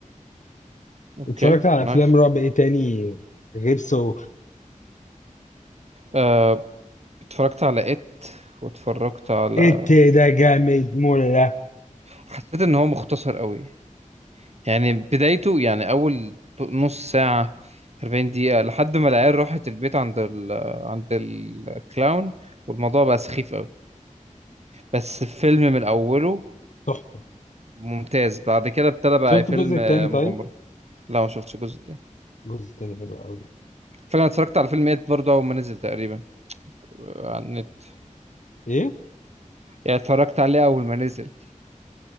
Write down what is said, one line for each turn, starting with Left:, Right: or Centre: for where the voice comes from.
Right: اوكي
Left: اتفرجت على
Right: نايس
Left: أفلام رعب إيه تاني غير سو
Right: آه، اتفرجت على ات واتفرجت على
Left: إت ده جامد مولا
Right: حسيت ان هو مختصر قوي يعني بدايته يعني اول نص ساعة 40 دقيقة لحد ما العيال راحت البيت عند ال... عند الكلاون والموضوع بقى سخيف قوي بس الفيلم من اوله
Left: تحفة
Right: ممتاز بعد كده ابتدى بقى
Left: شفت
Right: فيلم
Left: الجزء التاني طيب؟
Right: مغامرة لا ما شفتش الجزء ده
Left: الجزء التاني حلو أوي
Right: فاكر انا اتفرجت على فيلم ات برضه اول ما نزل تقريبا آه، على النت
Left: إيه؟
Right: يعني اتفرجت عليه اول ما نزل